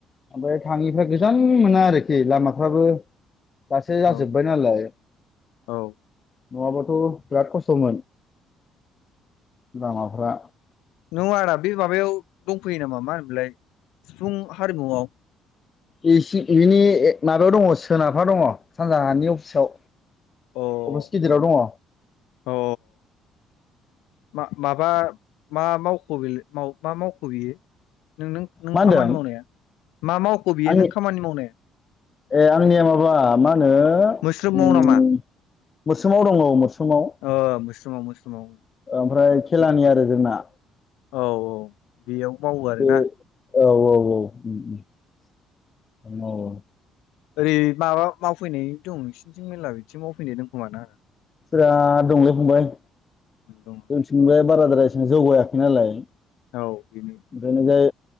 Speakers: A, on the left; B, on the left.
A: ओमफ्राय थाङिफ्रा गोजान मोना आरोखि लामाफ्राबो दासो
B: औ
A: जाजोब्बाय नालाय नङाबाथ
B: औ
A: बिराद खस्थ खस्थमोन लामाफ्रा
B: नङा आदा बे माबायाव दंफैयो नामा मा होनोमोनलाय सिफुं हारिमुआव
A: इसि इनि ए माबायाव दङ'सोनाबहा दङ' सानजाहानि अफिसाव
B: अ
A: अबस गिदिराव
B: अ
A: दङ'
B: अ मा माबा मा मावखो बिलाय मा मावखो बियो? नों नों नों
A: मा
B: खामानि
A: होनदों
B: मावनाया मा मावख' बियो
A: आंनि
B: नों खामानि मावनाया
A: ए आंनिया माबा मा होनो
B: मोस्रोम
A: ओम
B: माव नामा
A: मोसोमाव दङ' मोसोमाव
B: ओ मोस्रोमाव मोस्रोमाव
A: ओमफ्राय खेलानि
B: बे
A: आरो जोंना
B: औ औ बेयाव मावो आरो
A: बे
B: ना
A: औ औ औ ओम ओम मावो
B: ओरै माबा मावफैनाय दं नोंसिनिथिं मेरला बिदिथिं मावफैनाय दं खोमा ना
A: फोरा दंलै फंबाय
B: दङ
A: जोंथिंबो बाराद्राय जहां जौगायाखै नालाय
B: औ बेनो
A: ओंखायनो जाय